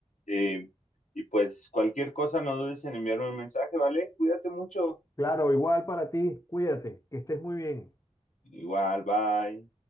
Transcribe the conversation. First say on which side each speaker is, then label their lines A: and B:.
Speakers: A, on the left (about 80°); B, on the left (about 25°).
A: eh, y pues cualquier cosa no dudes en enviarme un mensaje, ¿vale? Cuídate mucho.
B: Claro, igual para ti, cuídate, que estés muy bien.
A: Igual, bye.